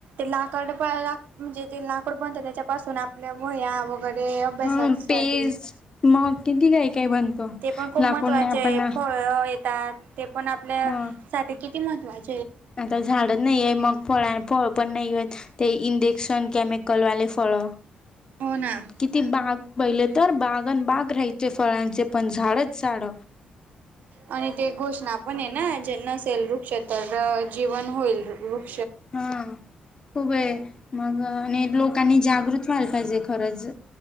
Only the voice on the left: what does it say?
हा पेज मग किती काही काही बनतो
लाकूडने
आपण
मग
आता झाडच नाहीये. मग फळ -फळ पण नाहीये. ते इे- इंजेकशन केमिकल वाले फळ.
किती बाग- पहिले तर बागण बाग राहायचे. फळांचे पण झाडच झाड.
हा खूप आहे. मग अ-आणि लोकांनी जागृत व्हायला पाहिजे खरंच.